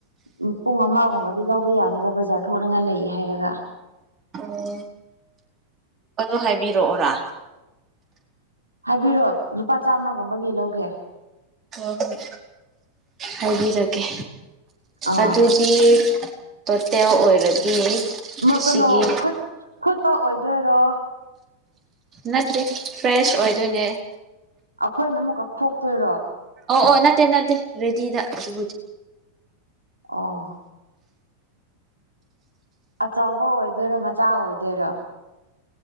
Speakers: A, on the right (about 80°); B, on the right (about 30°).
A: ꯎꯝ ꯄꯨꯡ ꯑꯃꯒꯨꯝꯕꯗꯤ ꯂꯧꯕ ꯌꯥꯅꯤꯕ ꯕꯖꯥꯔ ꯊꯣꯛꯅꯤꯡꯉꯥꯏ ꯂꯩ ꯍꯥꯏꯔꯒ
B: ꯑꯣ ꯑꯗꯣ ꯍꯥꯏꯕꯤꯔꯛꯑꯣꯔꯥ
A: ꯍꯥꯏꯕꯤꯔꯣ ꯂꯨꯄꯥ ꯆꯥꯃꯒꯨꯝꯕꯒꯤ ꯂꯧꯒꯦ
B: ꯍꯣꯏ ꯍꯣꯏ ꯍꯥꯏꯕꯤꯔꯒꯦ
A: ꯑꯥ
B: ꯑꯗꯨꯗꯤ ꯇꯣꯇꯦꯜ ꯑꯣꯏꯔꯗꯤ
A: ꯃꯥ ꯀꯩꯅꯣ
B: ꯁꯤꯒꯤ
A: ꯈꯨꯠ ꯈꯨꯠꯄ ꯑꯣꯏꯗꯣꯏꯔꯣ
B: ꯅꯠꯇꯦ ꯐ꯭ꯔꯦꯁ ꯑꯣꯏꯗꯣꯏꯅꯦ
A: ꯑꯈꯣꯏꯅ ꯑꯃꯨꯛꯀ ꯈꯣꯛꯇꯣꯏꯔꯣ
B: ꯑꯣ ꯑꯣ ꯅꯠꯇꯦ ꯅꯠꯇꯦ ꯔꯦꯗꯤꯗ ꯑꯗꯨꯕꯨꯗꯤ
A: ꯑꯣ ꯑꯆꯧꯕ ꯑꯣꯏꯗꯣꯏꯔꯣ ꯃꯆꯥ ꯑꯣꯏꯗꯣꯏꯔꯣ